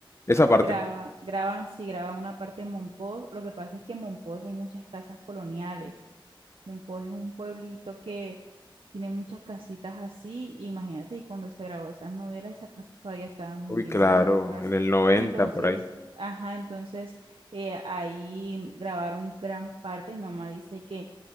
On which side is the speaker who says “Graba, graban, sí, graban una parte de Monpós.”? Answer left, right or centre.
Right